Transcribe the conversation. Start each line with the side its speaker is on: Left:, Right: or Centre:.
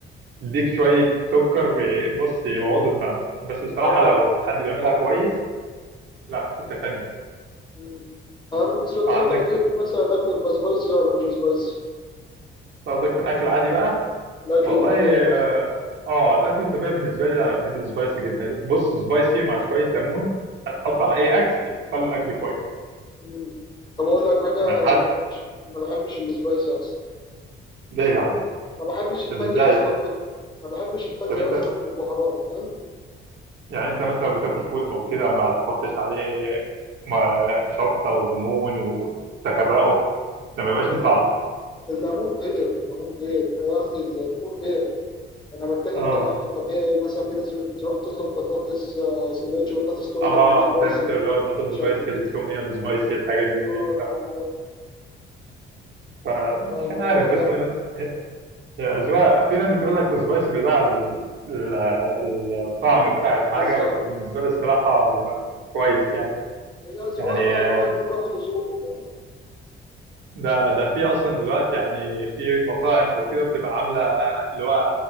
Right: اديك شوية سكر ي- بص يبوظ دماغك بس الصراحة
Left: اه
Right: لو حد بيعملها كويس لا في حتة تانية
Left: مم. انا بالنسبه لي
Right: وعندك
Left: طب انت بتحب مثلا الاكل يبقى سبايسي ولا مش سبايسي؟
Right: قصدك في الأكل العادي بقى
Left: الاكل
Right: والله
Left: الطبيعي
Right: اه آه، الأكل الطبيعي بالنسبة لي أنا بحب السبايسي جدا بص سبايسي مع شوية ليمون هتحط على أي أكل خلي الأكل كويس
Left: مم. طب اقول لك حاجه
Right: يعني
Left: انا
Right: حد
Left: ما بحبش ما بحبش السبايسي اصلا
Right: ليه يا عم
Left: ما بحبش الفاتي
Right: طب إزاي
Left: اصلا في ما بحبش الفاتي
Right: طب أنت
Left: اصلا في البهارات فاهم
Right: يعني أنت مثلا بتاكل فول أو كده ما تحطش عليه ما شطة وليمون وتغرقه ده ما يبقاش
Left: ال-
Right: ليه طعم
Left: الليمون غير الليمون غير قصدي الفول غير انا بتكلم
Right: اه
Left: كالاكل الطبيعي مثلا في ناس بتروح تطلب بطاطس آه، سندوتش بطاطس تقول
Right: اه
Left: له اعمله سبايسي
Right: فهمت اللي هو البطاطس
Left: مش
Right: سبايسي
Left: عارف ايه
Right: التوميه السبايسي الحاجات دي
Left: اه
Right: ايوه
Left: الكلام
Right: فاهم
Left: ده
Right: فمش
Left: فالموضوع
Right: عارف
Left: لا
Right: بس انا هي هي اذواق في ناس بتقول لك السبايسي بيضيع ال- ال- الطعم بتاع الحاجه
Left: بالظبط
Right: بس بالنسبه لي الصراحه بيبقى كويس يعني
Left: هي اذواق
Right: يعني
Left: بقى
Right: آه،
Left: الواحد كل واحد وذوقه فاهم
Right: ده ده في اصلا دلوقتي يعني في مطاعم او كده بتبقى عامله اللي هو